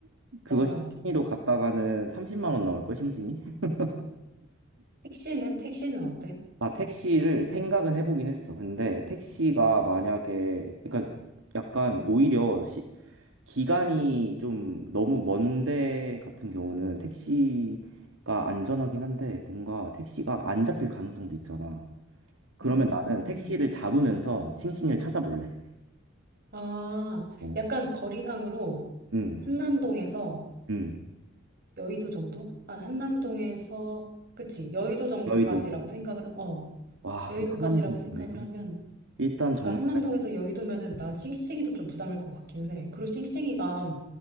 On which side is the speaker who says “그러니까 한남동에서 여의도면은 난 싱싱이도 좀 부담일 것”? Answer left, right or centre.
Right